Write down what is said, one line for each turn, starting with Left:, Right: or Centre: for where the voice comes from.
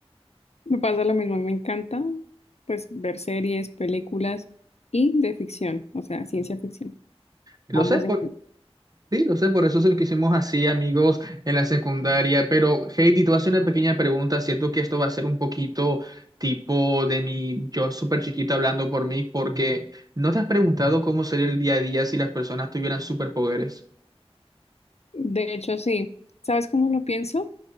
Left: Me pasa lo mismo, me encanta pues ver series, películas y de ficción, o sea, ciencia ficción.
Right: Lo
Left: Vamos
Right: sé,
Left: de...
Right: Sí, lo sé, por eso se lo hicimos así, amigos, en la secundaria. Pero, Heidi, te voy a hacer una pequeña pregunta. Siento que esto va a ser un poquito tipo de mi yo súper chiquito hablando por mí, porque ¿no te has preguntado cómo sería el día a día si las personas tuvieran superpoderes?
Left: De hecho, sí. ¿Sabes cómo lo pienso?